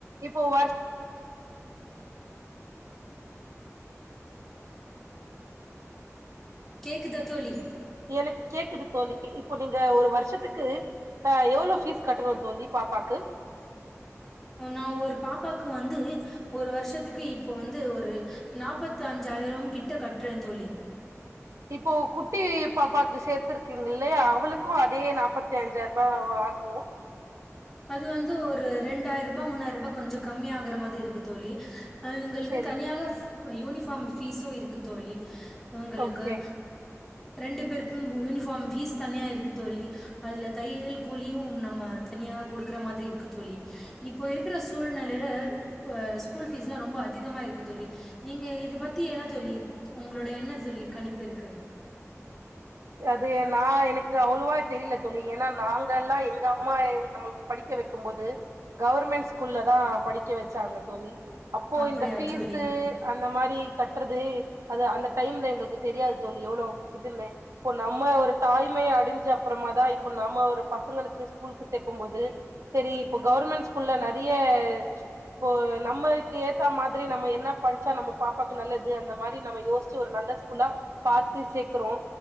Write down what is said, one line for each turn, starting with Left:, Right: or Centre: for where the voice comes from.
Right: இப்போ வரு
Centre: கேக்குதா தோழி
Right: எனக்கு கேக்குது தோழி இப்போ நீங்க ஒரு வருஷத்துக்கு அ எவ்ளோ ஃபீஸ் கட்டணு தோழி பாப்பாக்கு
Centre: நா ஒரு பாப்பாக்கு வந்து ஒரு வருஷத்துக்கு இப்போ வந்து ஒரு நாப்பத்து அஞ்சாயிர கிட்ட கட்டுறே தோழி
Right: இப்போ குட்டி பாப்பாக்கு சேத்துருக்கீங்கில்லையா அவளுக்கு அதே நாப்பத்தி அஞ்சாயி ரூபா ஆகு
Centre: அது வந்து ஒரு ரெண்டாய்ரூபா மூணாயிரூபா கொஞ்ச கம்மி ஆகுற மாதிரி இருக்கு தோழி இவுங்களுக்கு
Right: சேரி
Centre: தனியாக யூனிஃபாம் ஃபீஸு இருக்கு தோழி இவுங்களுக்கு
Right: ஓகே
Centre: ரெண்டு பேருக்கும் யூனிஃபார்ம் ஃபீஸ் தனியா இருக்கு தோழி அதுல தையல் கூழியு நம்ம தனியாக குடுக்கற மாதிரி இருக்கு தோழி இப்போ இருக்கற சூழ்நிலைல ஸ்கூல் ஃபீஸ்ல்லா ரொம்ப அதிகமா இருக்கு தோழி நீங்க இது பத்தி என்னா தோழி உங்களோட என்ன தோழி கணிப்பு இருக்கு
Right: அது நா எனக்கு அவ்ளவா தெரில தோழி ஏனா நாங்கெல்லா எங்க அம்மா நம்ள்க்கு படிக்க வெக்கும்போது கவர்மெண்ட் ஸ்கூல்லதா படிக்க வெச்சாங்க தோழி அப்போ
Centre: அப்படியா
Right: இந்த ஃபீஸ்சு
Centre: தோழி
Right: அந்த மாரி கட்டறது அது அந்த டைம்ல எங்களுக்கு தெரியாது தோழி எவ்ளோ இதுன்னு இப்போ நம்ம ஒரு தாய்மையை அடஞ்ச அப்பறமாதா இப்போ நம்ம ஒரு பசங்களுக்கு ஸ்கூலுக்கு சேக்கும்போது செரி இப்போ கவர்மெண்ட் ஸ்கூல்ல நெறைய இப்போ நம்மக்கு ஏத்தா மாரி நம்ம என்ன படிச்சா நம்ம பாப்பாக்கு நல்லது அந்த மாரி நம்ம யோஸ் ச்சு ஒரு நல்ல ஸ்கூலா பாத்து சேக்கறோ